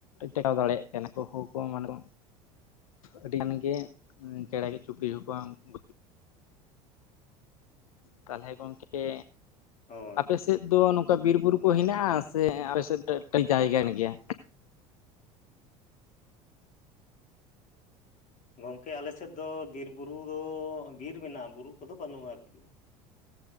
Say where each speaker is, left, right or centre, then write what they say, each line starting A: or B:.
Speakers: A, on the left; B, on the left.
A: ᱴᱮᱠᱟᱣ ᱫᱟᱲᱮᱭᱟᱜ ᱠᱟᱱᱟ ᱠᱚ ᱦᱳ ᱠᱚ ᱢᱟᱱᱮ ᱠᱚ ᱟᱹᱰᱤ ᱜᱟᱱ ᱜᱮ ᱪᱮᱬᱮ ᱪᱩᱯᱲᱤ ᱦᱚ ᱠᱚᱣᱟ ᱩᱱᱠᱩ ᱛᱟᱦᱚᱞᱮ ᱜᱚᱝᱠᱮ
B: ᱦᱳᱭ
A: ᱟᱯᱮ ᱥᱮᱫ ᱫᱚ ᱱᱚᱝᱠᱟ ᱵᱤᱨ ᱵᱩᱨᱩ ᱠᱚ ᱦᱮᱱᱟᱜᱼᱟ ᱥᱮ ᱟᱯᱮ ᱥᱮᱫ <inaudible> ᱡᱟᱭᱜᱟ ᱠᱟᱱ ᱜᱮᱭᱟ?
B: ᱜᱚᱝᱠᱮ ᱟᱞᱮ ᱥᱮᱫ ᱟᱫᱚ ᱵᱤᱨ ᱵᱩᱨᱩ ᱫᱚ ᱵᱤᱨ ᱢᱮᱱᱟᱜᱼᱟ ᱵᱩᱨᱩ ᱠᱚᱫᱚ ᱵᱟᱹᱱᱩᱜᱼᱟ ᱟᱨᱠᱤ᱾